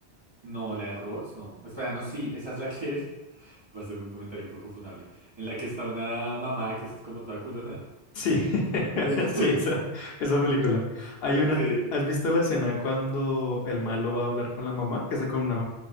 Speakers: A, on the right (about 30°); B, on the left (about 70°).
A: No, la de robots, no. Espera, no, sí, esa es la que... <laughs> Va a ser un comentario un poco funable. En la que está una mamá que es como toda culona.
B: Sí, <laughs>
A: <laughs>
B: sí, esa, esa película. Hay
A: Ok.
B: una, ¿has visto la escena cuando el malo va a hablar con la mamá? Que está con una,